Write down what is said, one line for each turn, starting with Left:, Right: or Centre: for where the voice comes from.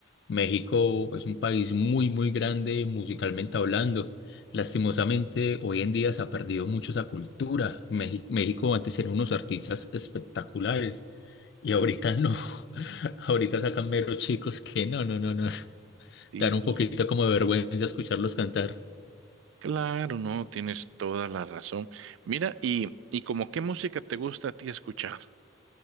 Left: México es un país muy, muy grande musicalmente hablando. Lastimosamente, hoy en día se ha perdido mucho esa cultura. Meji- México antes eran unos artistas espectaculares y ahorita no. <laughs> Ahorita sacan meros chicos que no, no, no, no.
Right: Sí,
Left: Dar un poquito como de vergüenza escucharlos cantar.
Right: claro, no, tienes toda la razón. Mira, y, y como qué música te gusta a ti escuchar?